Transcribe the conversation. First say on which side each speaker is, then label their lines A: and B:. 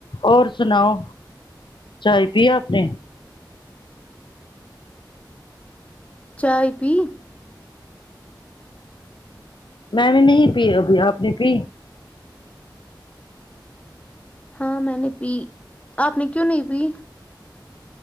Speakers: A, on the left; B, on the left.
A: اور سناؤ چائے پی اپنے
B: چائے پی
A: میں نے نہیں پی ابھی آپ نے پی
B: ہاں میں نے پی آپ نے کیوں نہیں پی